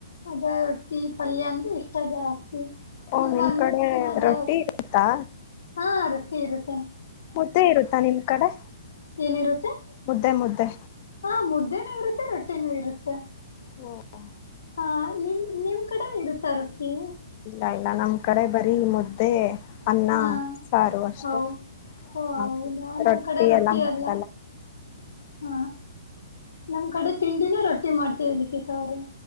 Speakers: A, on the left; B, on the left.
A: ಅದ ರೊ ಟ್ಟಿ ಪಲ್ಯ ಅಂದ್ರೆ ಇಷ್ಟ ಜಾಸ್ತಿ
B: ಓ
A: ನನ್ಗೆ
B: ನಿಮ್
A: ಅನ್ನದ್ಕಿನ
B: ಕಡೆ ರೊಟ್ಟಿ
A: ಜಾಸ್ತಿ
B: ಇರುತ್ತಾ
A: ಹಾ ರೊಟ್ಟಿ ರೊ
B: ಮುದ್ದೆ ಇರುತ್ತಾ ನಿಮ್ ಕಡೆ
A: ಏನಿರುತ್ತೆ
B: ಮುದ್ದೆ ಮುದ್ದೆ
A: ಹಾ ಮುದ್ದೆನೂ ಇರುತ್ತೆ ರೊಟ್ಟಿನೂ ಇರುತ್ತೆ
B: ಹಓ
A: ಹಾ ನಿಮ್ ನಿಮ್ ಕಡೆ ಇರುತ್ತ ರೊಟ್ಟಿ
B: ಇಲ್ಲ ಇಲ್ಲ ನಮ್ ಕಡೆ ಬರಿ ಮುದ್ದೆ ಅನ್ನ
A: ಹಾ
B: ಸಾರು ಅಷ್ಟೆ
A: ಹೌ ಓ ಹೌದಾ
B: ಹ
A: ನಮ್
B: ರೊಟ್ಟಿ
A: ಕಡೆ
B: ಎಲ್ಲ ಮಾಡಲ್ಲ
A: ಅಲ್ಲ ಹ ನಮ್ ಕಡೆ ತಿಂಡಿನೇ ರೊಟ್ಟಿ ಮಾಡ್ತೇವಿ ಲಿಖಿತ ಅವ್ರೆ